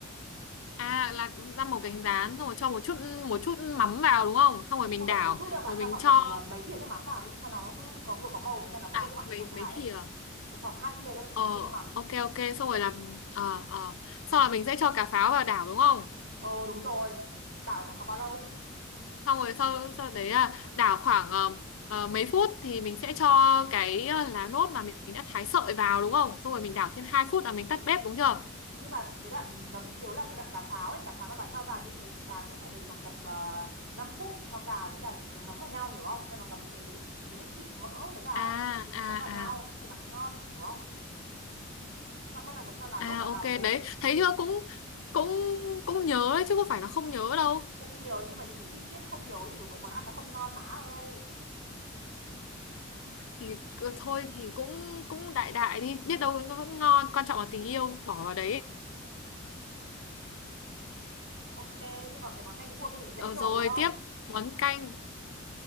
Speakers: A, on the left; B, on the right.
A: à là ra một cánh rán xong rồi cho một chút một chút mắm vào đúng không xong rồi mình
B: không phải
A: đảo
B: một chút đâu bạn
A: rồi mình
B: cho khoảng
A: cho
B: tầm ờ, mấy thìa nước mắm vào đi cho nó có vừa có màu với cả nó có
A: à
B: độ mặn
A: mấy
B: vừa
A: mấy
B: phải
A: thìa
B: ấy. một khoảng hai thìa thôi
A: ờ
B: hai thìa nước mắm
A: ok ok xong rồi làm ờ ờ xong là mình sẽ cho cà pháo vào đảo đúng không
B: ờ đúng rồi đảo được khoảng bao lâu
A: xong rồi sau sau đấy là đảo khoảng ờ, ờ, mấy phút thì mình sẽ cho cái ờ, lá nốt mà mình đã thái sợi vào đúng không xong rồi mình đảo thêm 2 phút là mình tắt bếp đúng chưa
B: nhưng mà cái đoạn nó bị thiếu là cái đoạn cà pháo ấy cà pháo mà bà cho vào như thế thì bà sẽ phải để khoảng tầm uh, 5 phút cho cà với cả thịt nó ngấm vào nhau hiểu không cho nó ngấm cái cái nước thịt mỡ với cả
A: à
B: cái nước
A: à
B: mắm vào nhau
A: à
B: thì nó mới ngon hiểu không xong bắt đầu mình cho lá
A: à
B: lốt vào đảo
A: ok
B: cùng
A: đấy thấy chưa cũng cũng cũng nhớ đấy chứ có phải là không nhớ đâu
B: cũng nhớ nhưng mà những cái chi tiết không nhớ thì cuối cùng món ăn nó không ngon má ơi
A: thì cứ- thôi thì cũng cũng đại đại đi biết đâu nó vẫn ngon quan trọng là tình yêu bỏ vào đấy ấy.
B: ok thế còn cái món canh cua kia thì dễ
A: Ờ,
B: rồi
A: rồi
B: đúng không
A: tiếp món canh